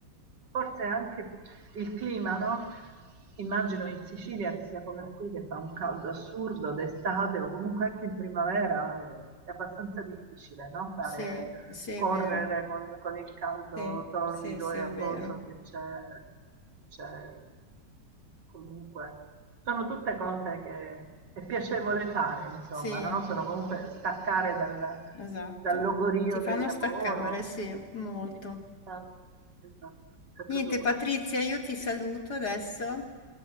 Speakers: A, on the right; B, on the left.
A: Forse anche il clima, no? Immagino in Sicilia che sia come qui, che fa un caldo assurdo d'estate o comunque anche in primavera, è, è abbastanza difficile, no? Fare,
B: Sì, sì, è
A: correre
B: vero.
A: con, con il caldo
B: Sì,
A: torrido
B: sì, sì,
A: e
B: è
A: afoso
B: vero.
A: che c'è, c'è comunque sono tutte cose che è piacevole fare, insomma,
B: Sì,
A: no? Sono comunque staccare dal,
B: esatto.
A: dal logorio
B: Ti fanno
A: del lavoro.
B: staccare, sì, molto.
A: Esatto, esatto, è proprio
B: Niente,
A: questo.
B: Patrizia, io ti saluto adesso.